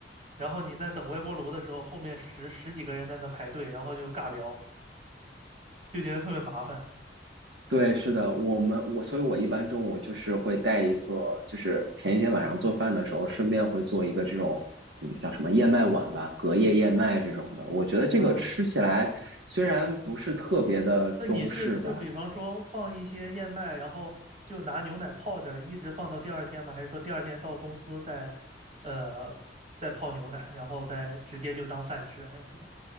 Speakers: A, on the right (about 40°); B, on the right (about 85°).
A: 然后你在等微波炉的时候，后面十十几个人在那排队，然后就尬聊，就觉得特别麻烦。
B: 对，是的，我们我，所以我一般中午就是会带一个，就是前一天晚上做饭的时候，顺便会做一个这种，嗯，叫什么燕麦碗吧，隔夜燕麦这种的。我觉得这个吃起来虽然不是特别的中式吧，
A: 嗯，那你是就比方说放一些燕麦，然后就拿牛奶泡着，一直放到第二天吗？还是说第二天到公司再呃再泡牛奶，然后再直接就当饭吃，还是什么？